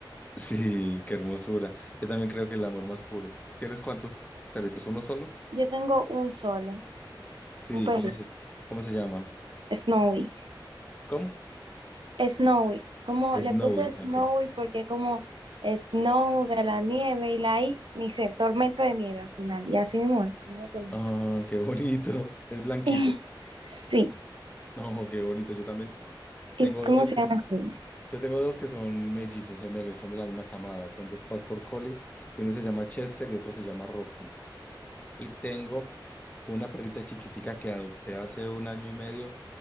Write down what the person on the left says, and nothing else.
Sí, qué hermosura. Yo también creo que el amor más puro. ¿Tienes cuántos perritos? ¿Uno solo?
Sí,
¿cómo se, cómo se llama?
¿Cómo?
Snowy,
ok.
Ah, qué bonito. Es blanquito.
No, qué bonito. Yo también
tengo
dos
que
Yo tengo dos que son mellizos, gemelos, son de la misma camada, son dos Pastor Collie, y uno se llama Chester y otro se llama Rocco. Y tengo una perrita chiquitica que adopté hace un año y medio,